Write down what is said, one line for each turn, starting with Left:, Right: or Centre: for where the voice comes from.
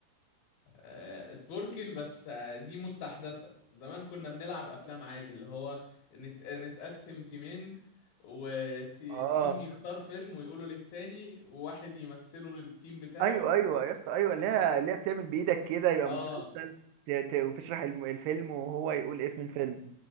Left: آه، سبوركل بس آه، دي مستحدثة زمان كنا بنلعب أفلام عادي اللي هو نت... نتقسم تيمين وتيم
Right: اه
Left: يختار فيلم ويقوله للتاني وواحد يمثله للتيم بتاعه
Right: ايوه ايوه يا اسطى ايوه
Left: اه
Right: اللي هي اللي هي بتعمل بايدك كده يبقى
Left: آه،
Right: مسلسل ت- ت- وتشرح الم- الفيلم وهو يقول اسم الفيلم